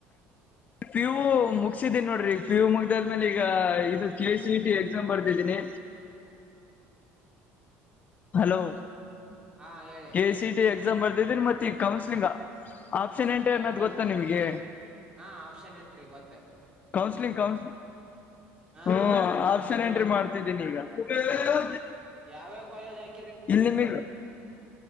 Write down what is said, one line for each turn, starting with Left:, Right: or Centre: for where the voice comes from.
Left: ಪಿ ಯು ಮುಗಸಿದ್ದೀನಿ ನೋಡ್ರಿ ಈಗ ಪಿ ಯು ಮುಗ್ದಾದ್ಮೇಲೆ ಈಗ ಇದು ಕೆ ಸಿ ಟಿ ಎಕ್ಸಾಮ್ ಬರ್ತಿದ್ದೀನಿ
Right: ಹ
Left: ಹಲೋ
Right: ಹಾ ಹೇಳಿ
Left: ಕೆ ಸಿ ಟಿ ಎಕ್ಸಾಮ್ ಬರ್ದಿದೀರಿ ಮತ್ತೆ ಈ ಕೌನ್ಸಲಿಂಗ್ ಆಪ್ಷನ್ ಎಂಟ್ರಿ
Right: ಕೌನ್ಸಿಲಿಂಗ್
Left: ಅನ್ನೋದು ಗೊತ್ತಾ ನಿಮ್ಗೆ
Right: ಹಾ ಆಪ್ಷನ್ ಎಂಟ್ರಿ ಗೊತ್ತ
Left: ಕೌನ್ಸಿಲಿಂಗ್ ಕೌನ್
Right: ಹಾ
Left: ಹು
Right: ಹಾ
Left: ಆಪ್ಷನ್ ಮಾಡ್ತಿದ್ದೀನಿ ಈಗ <unintelligible>
Right: ಯಾವ್ಯಾವ ಕಾಲೇಜ್ ಹಾಕಿ
Left: ಇಲ್ಲ ನಿಮಗ